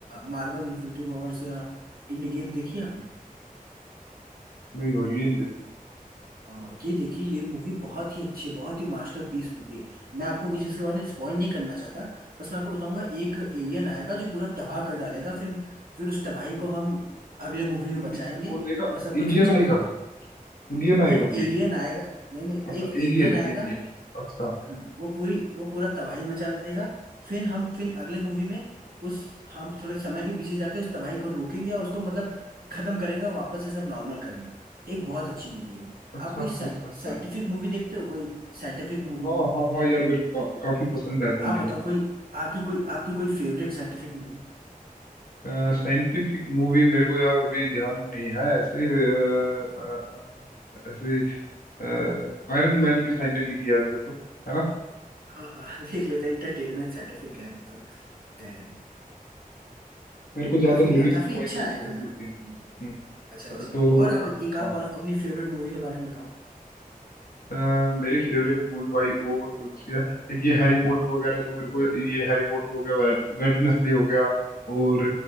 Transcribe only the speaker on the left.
नहीं भाई ये नहीं देखी
कौन
इंडि-
कौन आएगा
इंडियन
आएगा
इंडियन आएगा
कोई
अच्छा
एलियन
एलियन अच्छा
अच्छा
अच्छा
अच्छा अच्छा
हाँ हाँ हाँ यार मेरे को का, काफी पसंद है साइंटिफिक
मूवी
साइंटिफिक मूवी मेरे को यार अभी ध्यान नहीं है ऐसे अ, अ, ऐसे आयरन मैन भी साइंटिफिक ही है वैसे तो है ना
मेरे को ज्यादा
नॉलेज
नहीं है
भाई कौन
सी
कैसे
होती है हम्म
तो
अ,
हाँ
अ, मेरी फेवरेट मूवी भाई वो और कौन सी है एक ये हैरी पॉटर वगैरह तो मेरे को ये हैरी पॉटर हो गया वेट, वेटनेसडे हो गया और